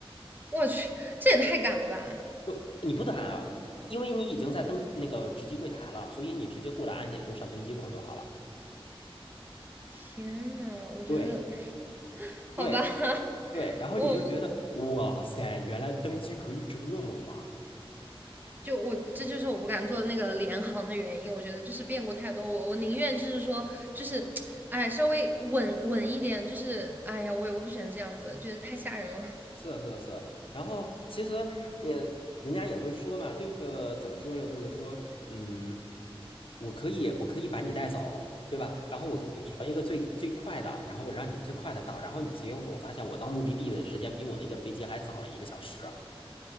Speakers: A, on the right; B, on the left.
A: 我去，这也太赶了吧！
B: 就你不打啊，因为你已经在登那个值机柜台了，所以你直接过来安检就上登机口就好了。
A: 天呐，我觉得，
B: 对
A: <laughs> 好吧，
B: 对
A: <laughs>
B: 对，然后你就觉得哇塞，
A: 我我
B: 原来登机可以这么玩儿。
A: 就我这就是我不敢做那个联航的原因。我觉得就是变故太多，我我宁愿就是说就是，哎，稍微稳稳一点，就是哎呀，我也我不喜欢这样子，觉得太吓人了。
B: 是是是是，然后其实也人家也会说嘛，这个怎么说呢？就是说，嗯，我可以我可以把你带走，对吧？然后我给你调一个最最快的，然后我让你最快的到，然后你结果发现我到目的地的时间比我那个飞机还早了一个小时。